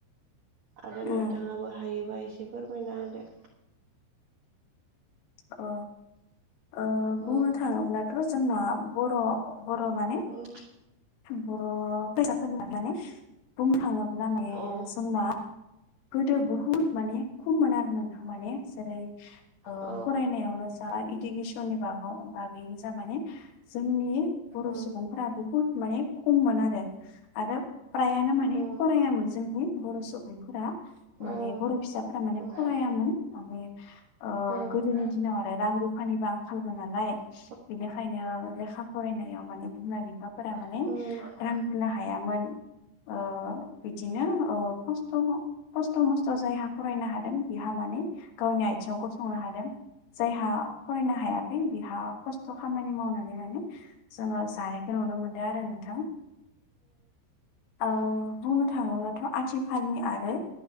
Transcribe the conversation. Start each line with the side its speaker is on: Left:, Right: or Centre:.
Right: आरो
Left: उम
Right: नोंथाङाबो हायोबा एसे फोरमायना होदो।
Left: अ अ बुंनो
Right: औ
Left: थाङोब्लाथ' जोंना बर' बर' माने
Right: औ।
Left: बर' फैसाफोरनि माने बुंनो थाङोब्ला माने
Right: औ
Left: जोंना गोदो बहुत माने खममोन आरो नोंथां माने जेरै
Right: औ
Left: फरायनायावनो जा इडुकेसननि बागाव बागैनो ज माने जोंनि बर'
Right: औ
Left: सुबुंफोरा बुहुद माने खममोन आरो आरो फ्रायानो
Right: औ
Left: माने
Right: औ
Left: फरायामोन जोंनि बर' सुबुंफोरा माने
Right: औ
Left: बर' फिसाफोरा माने फरायामोन
Right: औ
Left: माने ओ
Right: औ औ
Left: गोदोनि
Right: औ
Left: दिनाव आरो रां रुफानिबो आंखालमोन नालाय
Right: औ
Left: बेनिखायनो लेखा फरायनायाव बि फोर माने
Right: औ
Left: रां होनो हायामोन। ओ बिदिनो खस खस्थ' मस्थ' जायहा फरायनो हादों बिहा मानो गावनि आथिङावखौ संनो हादों। जायहा फरायनो हायाखै बिहा खस्थ' खामानि मावनानै मान जोङो जानायखौ नुनो मोनो। दा आरो नोंथां। ओ बुंनो थाङोब्लाथ' आथिखालनि आरो